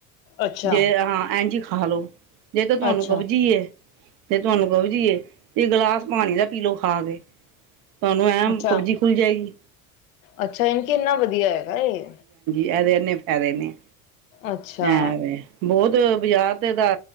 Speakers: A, on the left; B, on the right.
A: ਅੱਛਾ
B: ਜੇ ਹਾਂ ਐਂਜੀ ਖਾ ਲੋ ਜੇ ਤੇ ਤੁਆਨੂੰ
A: ਅੱਛਾ
B: ਕਬਜੀ ਐ ਤੇ ਤੁਆਨੂੰ ਕਬਜੀ ਏ ਤੇ ਗਲਾਸ ਪਾਨੀ ਦਾ ਪੀਲੋ ਖਾ ਕੇ। ਤੁਆਨੂੰ ਐਂ
A: ਅੱਛਾ
B: ਕਬਜੀ ਖੁੱਲ ਜਾਏਗੀ
A: ਅੱਛਾ, ਇਨਕੇ ਇੰਨਾ ਵਦੀਆ ਹੈਗਾ ਏ।
B: ਏਦੇ ਏੰਨੇ ਫੈਦੇ ਨੇ
A: ਅੱਛਾ
B: ਐ ਵੇ ਬੋਤ ਬਜ਼ਾਰ ਤੇ ਏਦਾ